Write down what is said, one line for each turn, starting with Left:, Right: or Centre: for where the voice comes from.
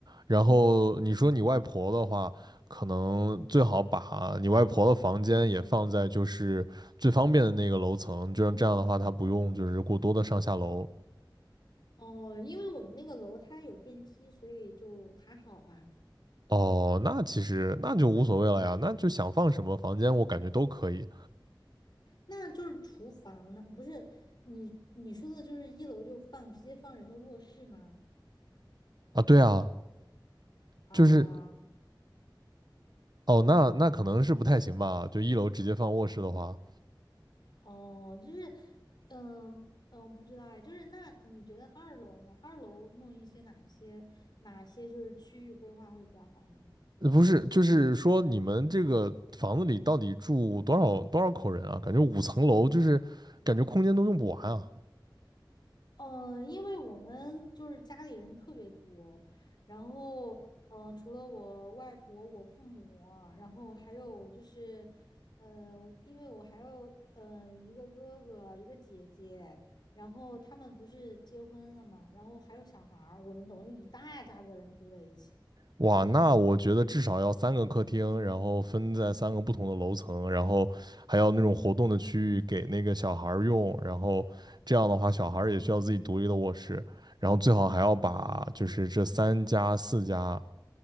Right: 然后你说你外婆的话，可能最好把你外婆的房间也放在就是最方便的那个楼层，就像这样的话，她不用就是过多的上下楼。
Left: 哦，因为我们那个楼它有电梯，所以就还好吧。
Right: 哦，那其实那就无所谓了呀，那就想放什么房间，我感觉都可以
Left: 那就是厨房呢，不是你你说的就是一楼就放直接放人的卧室吗？
Right: 啊。对啊。
Left: 啊，
Right: 就是哦，那那可能是不太行吧？就一楼直接放卧室的话，
Left: 哦，就是，嗯嗯，不知道哎，就是那你觉得二楼呢？二楼弄一些哪些哪些就是区域规划会比较好呢？
Right: 呃不是，就是说你们这个房子里到底住多少多少口人啊？感觉五层楼就是感觉空间都用不完啊！
Left: 嗯，呃因为我们就是家里人特别多，然后嗯，呃除了我外婆、我父母啊然后还有就是，呃，因为我还有嗯、呃一个哥哥、一个姐姐，然后他们不是结婚了嘛，然后还有小孩儿，我们等于一大家子人住在一起。
Right: 哇，那我觉得至少要三个客厅，然后分在三个不同的楼层，然后还要那种活动的区域给那个小孩儿用，然后这样的话，小孩儿也需要自己独立的卧室。然后最好还要把就是这三家四家